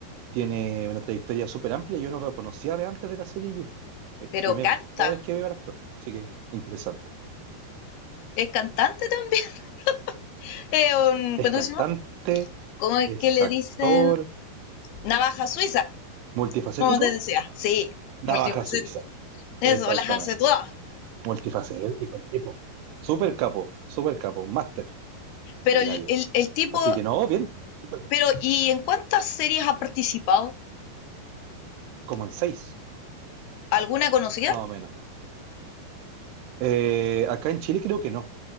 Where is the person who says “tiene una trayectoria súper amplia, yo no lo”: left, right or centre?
Right